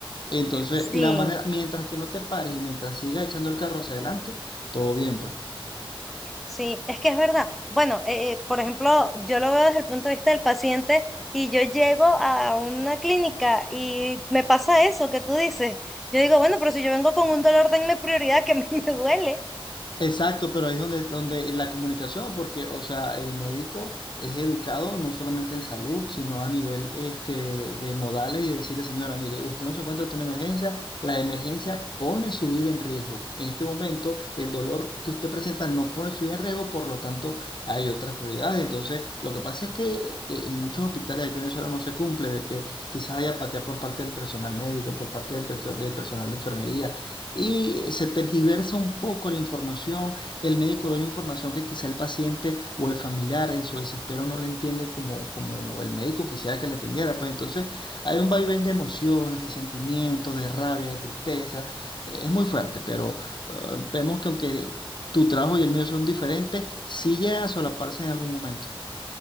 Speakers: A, on the left; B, in the centre.
A: Entonces,
B: sí.
A: la manera, mientras que no te pares y mientras sigas echando el carro hacia adelante, todo bien, pues.
B: Sí, es que es verdad. Bueno, eh, eh, por ejemplo, yo lo veo desde el punto de vista del paciente y yo llego a una clínica y me pasa eso que tú dices. Yo digo, bueno, pero si yo vengo con un dolor, denme prioridad que a mí <laughs> me duele.
A: Exacto, pero ahí es donde, donde la comunicación, porque, o sea, el médico es educado no solamente en salud, sino a nivel este, de modales y de decirle, señora, mire, usted no se encuentra ante una emergencia, la emergencia pone su vida en riesgo. En este momento, el dolor que usted presenta no pone su vida en riesgo, por lo tanto, hay otras prioridades. Entonces, lo que pasa es que eh, en muchos hospitales aquí en Venezuela no se cumple, de que quizás haya apatía por parte del personal médico, por parte del perso- del personal de enfermería y se tergiversa un poco la información, el médico da una información que quizá el paciente o el familiar en su desespero no le entiende como, como el médico quisiera que le entendiera, pues entonces hay un vaivén de emociones, de sentimientos, de rabia, de tristeza, Eh, es muy fuerte, pero eh, vemos que aunque tu trabajo y el mío son diferentes, sí llega a solaparse en algún momento.